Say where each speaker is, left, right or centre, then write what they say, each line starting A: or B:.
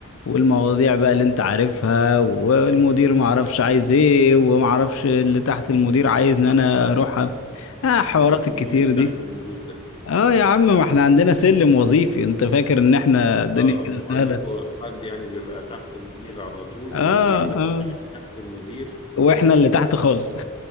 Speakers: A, on the left; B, on the left.
A: والمواضيع بقى اللي انت عارفها والمدير ما عرفش عايز ايه وما عرفش اللي تحت المدير عايز ان انا اروح أ- اه حوارات
B: مين مين
A: الكتير
B: اللي
A: دي
B: تحت المدير ده؟
A: اه يا عم ما احنا عندنا سلم وظيفي انت فاكر ان احنا الدنيا
B: اه
A: كده
B: انتوا
A: سهلة
B: عندكم حد يعني بيبقى تحت المدير على طول
A: اه
B: وفي حد
A: اه
B: تحت تحت المدير
A: واحنا اللي تحت خالص